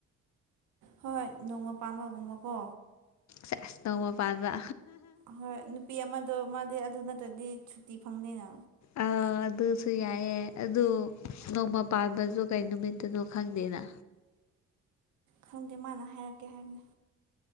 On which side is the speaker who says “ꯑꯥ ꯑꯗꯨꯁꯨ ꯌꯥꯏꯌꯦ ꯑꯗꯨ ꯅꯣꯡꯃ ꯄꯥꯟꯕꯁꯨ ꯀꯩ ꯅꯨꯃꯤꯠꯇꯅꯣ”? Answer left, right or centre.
Left